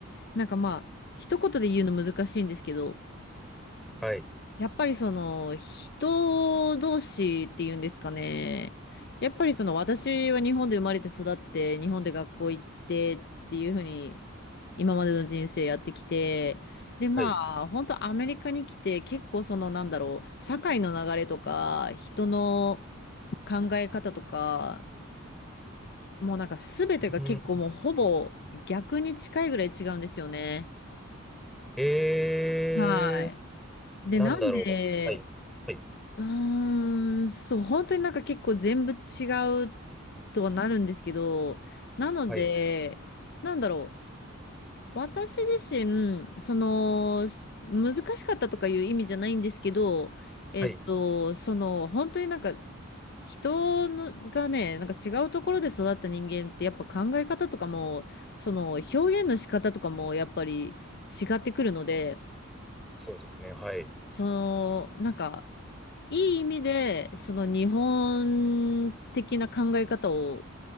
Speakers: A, on the left (about 50°); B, in the centre.
A: なんかまあ、一言で言うの難しいんですけど、
B: はい。
A: やっぱりその人同士っていうんですかね。やっぱりその私は日本で生まれて育って日本で学校行ってっていうふうに今までの人生やってきてでまあ本当アメリカに来て結構そのなんだろう社会の流れとか人の
B: はい。
A: 考え方とかもうなんか全てが結構もうほぼ逆に近いぐらい違うんですよね。
B: うんうんえ
A: はい。で、
B: ー、なんだろう。
A: なんで、
B: はい。はい。
A: うーん、そう、本当になんか結構全部違うとはなるんですけど、なので、
B: はい。
A: なんだろう。私自身、その、す難しかったとかいう意味じゃないんですけど、えっと、
B: はい。
A: その、本当になんか、人のがね、なんか違うところで育った人間ってやっぱ考え方とかも、その表現の仕方とかもやっぱり違ってくるので、
B: そうですね。はい。
A: その、なんか、いい意味で、その日本的な考え方を、